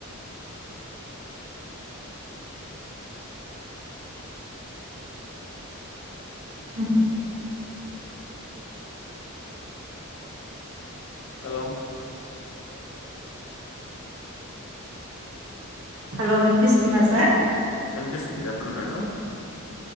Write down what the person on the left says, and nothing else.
హలో
వినిపిస్తుంది చెప్పండి మేడం